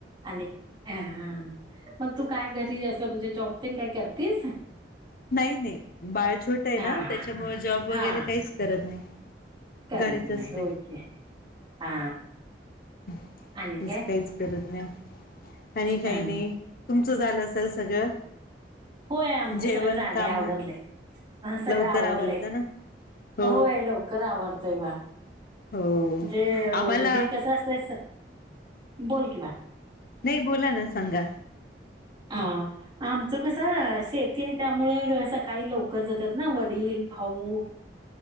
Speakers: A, on the right; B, on the left.
A: आणि हा हा मग तू काय घरी असं म्हणजे जॉब तिन काय करतीस
B: नाही नाही बाळ छोट आहे
A: हा
B: ना त्याच्यामुळे जॉब वगैरे
A: हा
B: काहीच करत नाही.
A: करत
B: घरीच
A: नाही
B: असते
A: होय की हा
B: तस
A: आणि काय
B: काहीच करत नाय. आणि काही
A: अ
B: नाही तुमचं झालं सल सगळं
A: होय आमच
B: जेवण
A: सगळं झालय
B: काम
A: आवरलय सगळं
B: लवकर
A: आवरलय
B: आवरतं ना हो
A: होय लवकर आवरतय बा
B: हो
A: जे
B: आम्हाला
A: हे कसं असत स बोल की बाळ
B: नाही बोला ना सांगा
A: हा आमचं कसं शेती आहे. त्यामुळे सकाळी लवकर जातात ना वडील, भाऊ